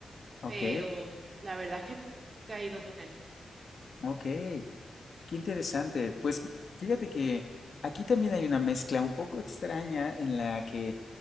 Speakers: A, on the left; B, on the right.
A: Ok,
B: pero la verdad es que nu- nunca he ido con él.
A: ok. Qué interesante. Pues fíjate que aquí también hay una mezcla un poco extraña en la que